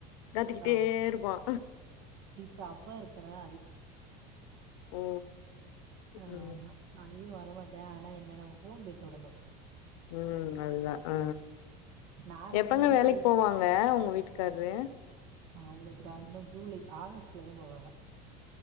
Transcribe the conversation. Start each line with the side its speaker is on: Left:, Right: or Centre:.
Left: கத்திக்கிட்டே
Right: ஆமா
Left: இருப்பான்
Right: இப்ப அப்பா இருக்கனால
Left: ஓ
Right: ஆ
Left: ம்
Right: ஆமா அதயும் வர மாட்டேன் ஆனா என்ன நம்ம போன் பேச விட மாட்டேன்
Left: உம் அதுதான் ஆ
Right: நார்மலா
Left: எப்பங்க
Right: வீட்லயே
Left: வேலைக்கு போவாங்க உங்க வீட்டுக்கு கரு
Right: அவங்களுக்க இன்னும் ஜூலை ஆகஸ்ட்லதே போவாங்க